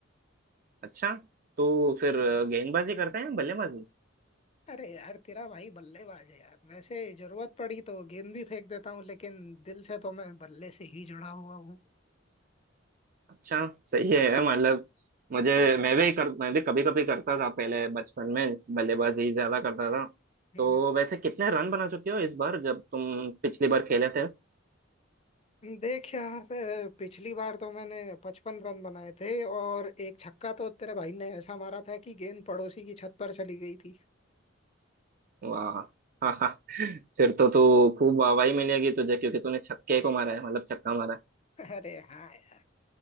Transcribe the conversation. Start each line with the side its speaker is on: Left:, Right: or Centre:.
Right: अच्छा तो फिर गेंदबाजी करते हैं बल्लेबाजी
Left: अरे यार तेरा भाई बल्लेबाज है यार वैसे जरूरत पड़ी तो गेंद भी फेंक देता हूँ लेकिन दिल से तो मैं बल्ले से ही जुड़ा हुआ
Right: अच्छा सही है मतलब मुझे मैं भी कर मैं भी कभी कभी करता था पहले बचपन में बल्लेबाजी ज्यादा करता था
Left: हूँ
Right: तो वैसे कितने रन बना चुके हो इस बार जब तुम पिछली बार खेले थे
Left: देख यार अ, पिछली बार तो मैंने पचपन रन बनाए थे और एक छक्का तो तेरे भाई ने ऐसा मारा था कि गेंद पड़ोसी की छत पर चली गई थी
Right: वाह हाँ हाँ फिर तो तू खूब वाहवाही मिलेगी तुझे क्योंकि तूने छक्के को मारा है मतलब छक्का मारा है
Left: <laughs> अरे हाँ यार